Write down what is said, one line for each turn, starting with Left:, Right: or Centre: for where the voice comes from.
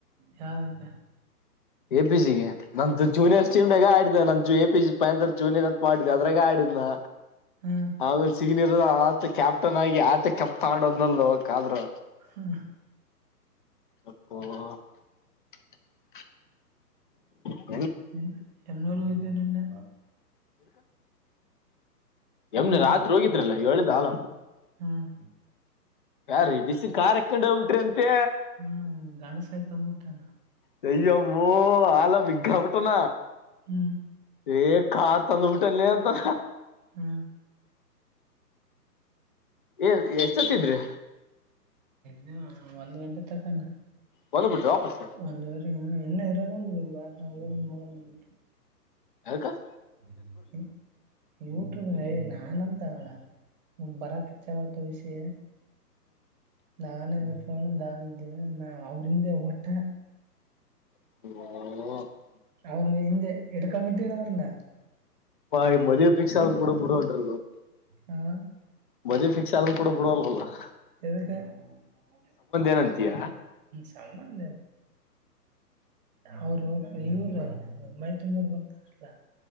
Right: ಯಾವ್ದಕ್ಕೆ
Left: ಎ ಪ ಸಿಗೆ ನಮ್ದು ಜೂನಿಯರ್ ಸ್ಟೀಂಡಗ ಆ ನ ಎ ಪಿ ಜ ಪಂತ್ ಜೂನಿಯರ್ ಅಂತ ಮಾಡಿದ ಅದ್ರಾಗ ಆಡಿದ್ ನ
Right: ಹ್ಮ್
Left: ಆಮೇಲೆ ಸಿನಿಯರ್ ಆತ ಕ್ಯಾಪ್ಟನ್ ಆಗಿ ಆತ ಕಪ್ತಾ ಆಡೋದ್ನಲ್ಲಿ ಹಕ್ ಆದ್ರು
Right: ಹಾ
Left: ಅಪ್ಪ <inaudible> ಹ <inaudible>
Right: ನಿನ್ ಹೆಣನೂರ್ಗೂ ಹಯತವೆ ನಿನ್ನೆ
Left: ಎಮ್ನೆ
Right: ಎಮ್ನೂರು
Left: ರಾತ್ರಿ ಹೋಗಿದ್ರಲ್ಲ ಏಳ್ದ ಆಲ
Right: ಹಾ <inaudible>
Left: ಯಾರೀಡಿಸಿಸಿನ್ ಕಖಾರ್ ಹಕೊಂಡ ಹೋಗ್ಬ ಬಿಟ್ರಿ ಅಂತೆ
Right: ಹ್ಮ್ ಗಣಸ ಆಯ್ತ ಅಂದ್ಬಟ್ಟಾನ
Left: ತಯ್ಯಮ್ಮೋ ಆಲ ಮಗ ಮಟಣ
Right: ಹ್ಮ್
Left: ಏ ಕಾರ್ ತಂದಬಿಟ್ಟಲ್ಲ ಅಂತಾರ
Right: ಹ್ಮ
Left: ಏ ಎಷ್ಟೊತ್ತಿದ್ರಿ
Right: ದು ಒಂದ್ ಗಂಟೆ ತಕಣ
Left: ಬಂದ್ ಬಿಟ್ರಿ ವಾಪಸ್
Right: ಅಂದವರೆ ಎಲ್ಲ ಇರಾಮಂದ ಬಾರ ಊೋಗ ೋಗಂದ
Left: ಹಕ <inaudible>
Right: <unintelligible> ಯಟ್ಯೂಬ್ ನಾನಂತ ಅವಳ ಬರಖಚ್ಚಾವ ತೋಯಿಸಿ ನಾನು ದಾದಿದ್ದೇವೆ ನಾ ಅವ್ರಂದೆ ಒಟ್ಟೆ
Left: ಹ್ಮ
Right: ಅವರು ಇ ಎಡಕ ಮಟನ ಅವರನ್ನ
Left: ಈ ಮದೆ ಫಿಕ್ಕ್ಷ ಆದ್ರರು ಕೂಡ ಬಿುಡಟ್ರ
Right: ಹ
Left: ಮದ್ವೆ ಫಿಕ್ಸ್ ಅದು ಕೂಡ ಬಡೋಲ್ಲ <inaudible>
Right: ಎಕ್ಕೆ ಹ್ಮ
Left: ಏನಂತೀಯ
Right: ಸಂಬಧ ಅವರು ಹ ಇವರ <inaudible> ಮೈ ತುಂಬರ್ ಬರ್ತಾರಲ್ಲ